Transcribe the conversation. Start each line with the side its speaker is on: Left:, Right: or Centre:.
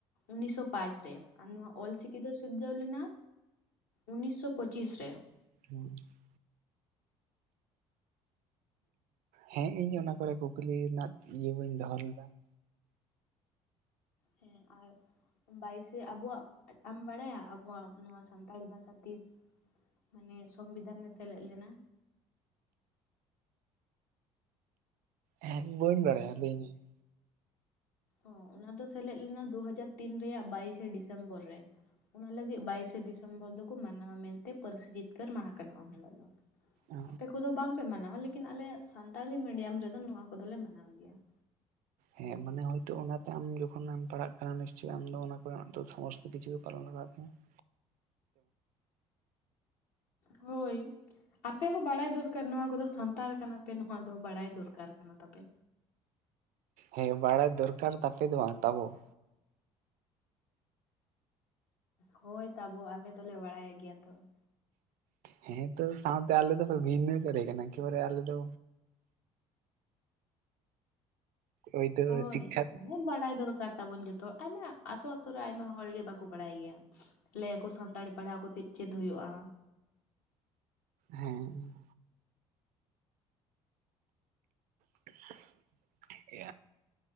Left: ᱩᱱᱤᱥᱥᱚ ᱯᱟᱸᱪ ᱨᱮ ᱾ ᱟᱨ ᱱᱚᱣᱟ ᱚᱞᱪᱤᱠᱤ ᱫᱚ ᱥᱤᱨᱡᱟᱣ ᱞᱮᱱᱟ ᱩᱱᱤᱥᱥᱚ ᱯᱚᱸᱪᱤᱥ ᱨᱮ ᱾
Right: <unintelligible> ᱦᱮᱸ ᱤᱧ ᱚᱱᱟ ᱠᱚᱨᱮ ᱠᱩᱠᱞᱤ ᱨᱮᱱᱟᱜ ᱤᱭᱟᱹ ᱵᱟᱹᱧ ᱫᱚᱦᱚ ᱞᱮᱫᱟ ᱾
Left: ᱦᱮᱸ ᱟᱨ ᱵᱟᱭ ᱥᱮ ᱟᱵᱚᱣᱟᱜ ᱟᱢ ᱵᱟᱲᱟᱭᱟ ᱟᱵᱚᱣᱟᱜ ᱱᱚᱣᱟ ᱥᱟᱱᱛᱟᱲᱤ ᱵᱷᱟᱥᱟ ᱛᱤᱥ ᱢᱟᱱᱮ ᱥᱚᱝᱵᱤᱫᱷᱟᱱ ᱨᱮ ᱥᱮᱞᱮᱫ ᱞᱮᱱᱟ?
Right: ᱦᱮᱸ ᱤᱧ ᱵᱟᱹᱧ ᱵᱟᱲᱟᱭᱟ ᱞᱟᱹᱭᱤᱧ ᱢᱮ ᱾
Left: ᱚ ᱚᱱᱟ ᱫᱚ ᱥᱮᱞᱮᱫ ᱞᱮᱱᱟ ᱫᱩᱦᱟᱡᱟᱨ ᱛᱤᱱ ᱨᱮᱭᱟᱜ ᱵᱟᱭᱤᱥᱮ ᱰᱤᱥᱮᱢᱵᱚᱨ ᱨᱮ ᱾ ᱚᱱᱟ ᱞᱟᱹᱜᱤᱫ ᱵᱟᱭᱤᱥᱮ ᱰᱤᱥᱮᱢᱵᱚᱨ ᱫᱚᱠᱚ ᱢᱟᱱᱟᱣᱟ ᱢᱮᱱᱛᱮ ᱯᱟᱹᱨᱥᱤ ᱡᱤᱛᱠᱟᱹᱨ ᱢᱟᱦᱟ ᱠᱟᱱᱟ ᱩᱱ ᱦᱤᱞᱳ ᱫᱚ ᱾
Right: ᱚ
Left: ᱟᱯᱮ ᱠᱚᱫᱚ ᱵᱟᱝᱯᱮ ᱢᱟᱱᱟᱣᱟ ᱞᱮᱠᱤᱱ ᱟᱞᱮ ᱥᱟᱱᱛᱟᱞᱤ ᱢᱤᱰᱤᱭᱟᱢ ᱨᱮᱫᱚ ᱱᱚᱣᱟ ᱠᱚᱫᱚᱞᱮ ᱢᱟᱱᱟᱣ ᱜᱮᱭᱟ ᱾
Right: ᱦᱮᱸ ᱢᱟᱱᱮ ᱦᱳᱭᱛᱳ ᱚᱱᱟᱛᱮ ᱟᱢ ᱡᱚᱠᱷᱚᱱᱮ ᱮᱢ ᱦᱮᱸ ᱢᱟᱱᱮ ᱟᱢ ᱚᱞᱛᱮ ᱢᱟᱱᱮ ᱟᱢᱮᱢ ᱯᱟᱲᱦᱟᱜ ᱠᱟᱱᱟ ᱱᱤᱥᱪᱳᱭ ᱟᱢ ᱫᱚ ᱚᱱᱟ ᱠᱚᱨᱮᱱᱟᱜ ᱥᱚᱢᱚᱥᱛᱚ ᱠᱤᱪᱷᱩ ᱜᱮ ᱯᱟᱞᱚᱱ ᱞᱟᱜᱟᱣ ᱢᱮᱭᱟ ᱾
Left: ᱦᱳᱭ ᱟᱯᱮ ᱦᱚᱸ ᱵᱟᱲᱟᱭ ᱫᱚᱨᱠᱟᱨ ᱱᱚᱣᱟ ᱠᱚᱫᱚ ᱥᱟᱱᱛᱟᱲ ᱠᱟᱱᱟᱯᱮ ᱱᱚᱣᱟ ᱫᱚ ᱵᱟᱲᱟᱭ ᱫᱚᱨᱠᱟᱨ ᱠᱟᱱ ᱛᱟᱯᱮ
Right: ᱦᱮᱸ ᱵᱟᱲᱟᱭ ᱫᱚᱨᱠᱟᱨ ᱛᱟᱯᱮ ᱫᱚ ᱵᱟᱝ ᱛᱟᱵᱚ ᱾
Left: ᱦᱳᱭ ᱛᱟᱵᱚ ᱟᱞᱮ ᱫᱚᱞᱮ ᱵᱟᱲᱟᱭ ᱜᱮᱭᱟ ᱛᱚ ᱾
Right: ᱦᱮᱸ ᱛᱚ ᱥᱟᱶᱛᱮ ᱟᱞᱮ ᱫᱚᱯᱮ ᱵᱷᱤᱱᱟᱹ ᱠᱟᱞᱮ ᱠᱟᱱᱟ ᱵᱚᱞᱮ ᱟᱞᱮ ᱫᱚ ᱦᱳᱭᱛᱳ
Left: ᱦᱳᱭ
Right: ᱥᱤᱠᱠᱷᱟ
Left: ᱢᱟᱱᱮ ᱵᱟᱲᱟᱭ ᱫᱚᱨᱠᱟᱨ ᱥᱚᱨᱠᱟᱨ ᱠᱟᱱ ᱛᱟᱵᱚᱱ ᱡᱚᱛᱚ ᱟᱭᱢᱟ ᱟᱹᱛᱩ ᱨᱮ ᱟᱭᱢᱟ ᱦᱚᱲ ᱜᱮ ᱵᱟᱠᱚ ᱵᱟᱲᱟᱭ ᱜᱮᱭᱟ ᱾ ᱞᱟᱹᱭᱟᱠᱚ ᱥᱟᱱᱛᱟᱲᱤ ᱯᱟᱲᱦᱟᱣ ᱠᱟᱛᱮᱫ ᱪᱮᱫ ᱦᱩᱭᱩᱜᱼᱟ?
Right: ᱦᱮᱸ <unintelligible> <unintelligible>